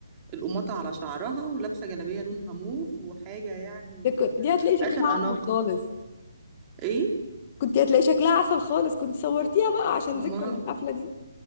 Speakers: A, on the right (about 20°); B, on the left (about 30°).
A: القماطة على شعرها ولابسة جلابية لونها موف وحاجة يعني
B: ده كنت- دي هتلاقي شكلها
A: آخر
B: عسل
A: أناقة
B: خالص
A: إيه؟
B: كنت هتلاقي شكلها عسل خالص كنت صورتيها بقى عشان
A: ما
B: ذكرى الحفلة دي